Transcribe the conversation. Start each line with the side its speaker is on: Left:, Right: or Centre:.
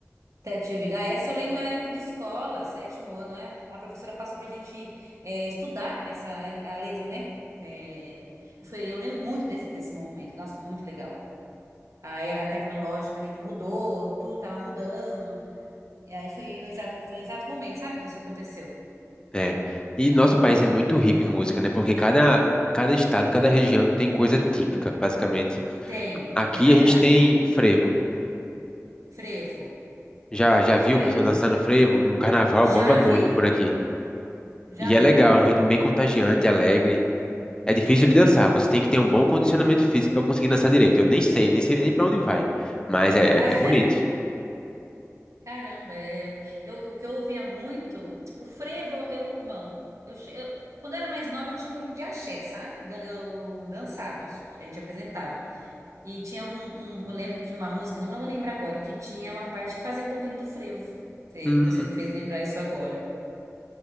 Right: Criatividade. Ah, essa eu lembro na época de escola, sétimo ano, né? A professora passou pra gente é, estudar essa a letra, né? É, e foi, eu lembro muito desse, desse momento. Nossa, foi muito legal. A era tecnológica, né, que mudou, tudo tava mudando. E aí foi um exato, foi um exato momento, sabe que isso aconteceu?
Left: É. E nosso país é muito rico em música, né? Porque cada, cada estado, cada região tem coisa típica, basicamente.
Right: Tem,
Left: Aqui
Right: é verdade.
Left: a gente tem frevo.
Right: Frevo.
Left: Já, já viu
Right: Aí,
Left: o pessoal dançando frevo? No carnaval
Right: já
Left: bomba muito
Right: vi,
Left: por aqui.
Right: já
Left: E
Right: vi.
Left: é legal, é um ritmo bem contagiante, alegre. É difícil de dançar, você tem que ter um bom condicionamento físico para conseguir dançar direito. Eu nem sei, nem sei nem para onde vai, mas é,
Right: <laughs>
Left: é bonito.
Right: Caramba, é, eu, o que eu ouvia muito, o frevo, eu, não, eu, che- eu- quando eu era mais nova eu tinha um grupo de axé, sabe? Dan- Eu dançava, a gente apresentava. E tinha algum, um- eu lembro que tinha uma música, não vou lembrar agora, que tinha uma parte que fazia um pouquinho do frevo. Sei,
Left: Hum,
Right: você me fez lembrar isso agora.